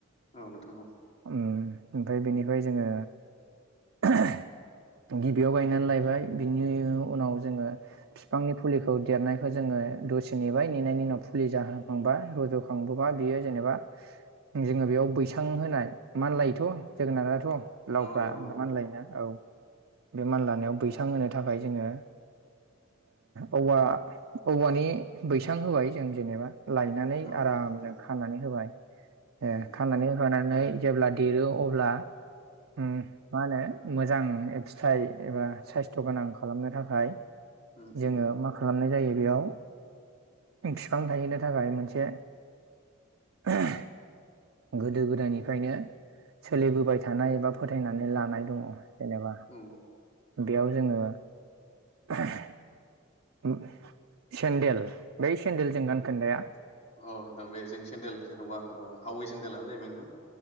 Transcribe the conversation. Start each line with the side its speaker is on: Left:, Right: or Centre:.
Left: औ नोंथां औ
Right: ओम ओमफ्राय बेनिफाय जोङो <unintelligible> गिबियाव गाय <unintelligible> लायबाय बिनि उनाव जोङो बिफांनि फुलिखौ देरनायखौ जोङो दसे नेबाय नेनायनि उनाव फुलि जाहोखांबा रज'खांबोबा बियो जेनेबा जोङो बेयाव बैसां होनाय मानलायोथ' जोगोनाराथ' लावफ्रा
Left: औ नोंथां औ
Right: मानलायोना औ बे मानला मायाव बैसां होनो थाखाय जोङो ओ औवा औवानि बैसां होबाय जों जेनेबा लायनानै
Left: औ नोंथां
Right: आरामनो
Left: औ
Right: खानानै होबाय ए
Left: उम
Right: खानानै होफानानै जेब्ला देरो अब्ला ओम मा होनो मोजां फिथाइ एबा साइस्थ' गोनां खालामनो थाखाय
Left: उम
Right: जोङो
Left: उम
Right: मा खालामनाय जायो बेयाव फिफां थाहैनो थाखाय मोनसे <unintelligible> गोदो गोदायनिफ्रायनो सोलिबोबाय थानाय एबा फोथायनानै लानाय दङ जेनेबा
Left: औ
Right: बेयाव जोङो <unintelligible> सेन्देल बै सेन्देलजों गान खोन्दाया
Left: औ नोंथां बे जों सेन्देल जेन'बा ओ हावै सेन्देलानो जा नोंथां